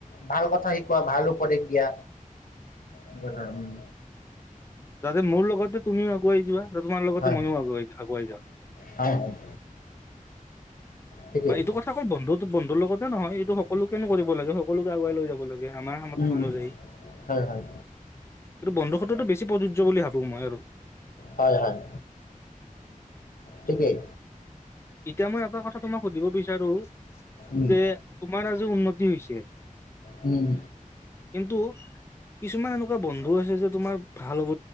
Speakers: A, on the left (about 85°); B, on the left (about 20°).
A: ভাল কথা শিকোৱা, ভাল উপদেশ দিয়া এনেকুৱা ধৰণ। উম।
B: ততে মোৰ লগতো তুমি আগুৱ আহ যছা তোমাৰ লগতে
A: হয়
B: মনও
A: হয়
B: আগুৱাই আগুৱাই যা
A: হয় হয় ঠিকেই
B: বা এইটো কথা অকল বন্ধুত বন্ধুৰ লগতে নহয় এইটো সকলোকে কৰিব লাগে সকলোকে আগুৱাই লৈ যাব লাগে আমাৰ সামৰ্থ্য
A: উম
B: অনুযায়ী।
A: উম হয় হয়
B: কিন্তু বন্ধুসত্বটো বেছি প্ৰযোজ্য বুলি ভাৱোঁ। ডুম আৰু
A: হয় হয়। ঠিকেই।
B: এতিয়া মই এটা কথা তোমাক সুধিব বিচাৰো
A: উম
B: যে তোমাৰ আজি উন্নতি হৈছে।
A: উম
B: কিন্তু কিছুমান এনেকুৱা বন্ধু আছে যে তোমাৰ ভাল হ'ব